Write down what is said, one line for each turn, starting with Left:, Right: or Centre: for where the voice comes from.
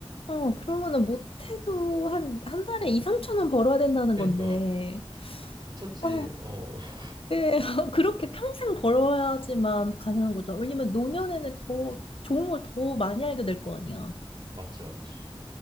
Left: 어, 그러면은 못해도 한, 한 달에 2, 3천 원 벌어야 된다는
Right: 그러니까
Left: 건데,
Right: 미쳤지.
Left: 어,
Right: 어, <laughs>
Left: 예, <laughs> 그렇게 평생 벌어야지만 가능한 거죠. 왜냐면 노년에는 더 좋은 걸 더 많이 알게 될 거 아니야.
Right: 맞지, 맞지.